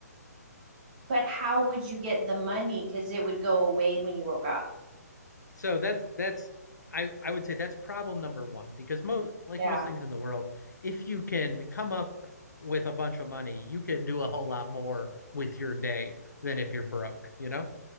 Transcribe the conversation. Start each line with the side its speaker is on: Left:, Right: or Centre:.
Right: But how would you get the money? Because it would go away when you woke up.
Left: so that's that's I I would say that's problem number one because most like
Right: Yeah.
Left: most things in the world, if you can come up with a bunch of money, you can do a whole lot more with your day than if you're broke, you know?